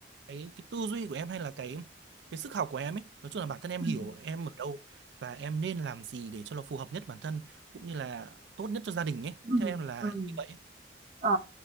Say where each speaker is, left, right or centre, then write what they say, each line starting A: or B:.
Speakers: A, on the right; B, on the right.
A: cái cái tư duy của em hay là cái cái sức học của em ấy nói chung là bản thân em
B: ừm,
A: hiểu em ở đâu và em nên làm gì để cho nó phù hợp nhất bản thân cũng như là tốt nhất cho gia đình ấy
B: ừm,
A: theo em là
B: ừm,
A: như vậy ấy.
B: ờ,